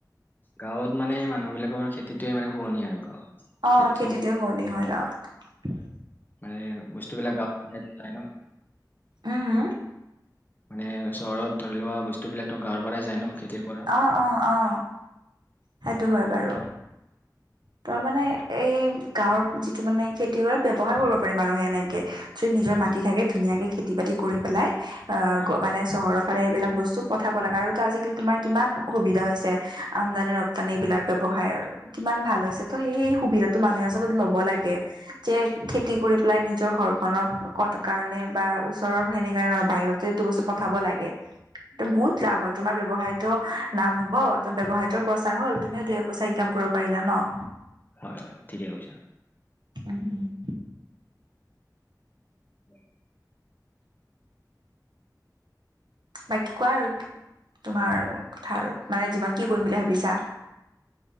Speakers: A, on the left (about 25°); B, on the right (about 85°).
A: গাঁৱত মানে মানুহ বিলাকৰ খেতিটোৱে মানে শুৱনি আৰু গাঁৱত
B: অ
A: খেতিটো
B: খেতিতোৱে শুৱানি হয় ন
A: মানে বস্তুবিলাক গাব <unintelligible> পাই ন
B: অহু হ
A: মানে চহৰত ধৰি লোৱা বস্তু বিলাকতো গাঁৱৰ পৰাই যায় ন খেতিৰ পৰা
B: অ অ অ সেইটো হয় বাৰু। তই মানে এই গাঁৱৰ যিটো মানে খেতি কৰা ব্যৱসায় কৰিব পাৰি মানুহে এনেকে যি নিজৰ
A: হয়
B: মাটি থাকে ধুনীয়াকে খেতি-বাতি কৰি পেলাই আহ
A: হয়,
B: গ মানে চহৰৰ ফালে এইবিলাক বস্তু পঠাব লাগে আৰু তো আজিকালি তোমাৰ কিমান সুবিধা হৈছে আমদানি ৰ- তানে এইবিলাক ব্যৱসায়ৰ কিমান ভাল হৈছে ত' সেই সেই সুবিধাটো মানুহে আচলত লব লাগে যে খেতি কৰি পেলাই নিজৰ ঘৰ খনৰ কাৰণে বা ওচৰৰ সেনে কাৰণৰ বাহিৰত টো এইটো বস্তু পঠাব লাগে ত বহুত লাভ হয় তোমাৰ ব্যয়সায়তো নাম হব ত ব্যৱসায়টো প্ৰচাৰ হল তুমিও দুই পইচা ইনকাম কৰি পাৰিলা ন
A: হয় হয় ঠিকে কৈছা
B: উম উম
A: উম
B: বাকী কোৱা আৰু তোমাৰ কথা আৰু মানে জীৱনত কি কৰিম বুলি ভাবিছা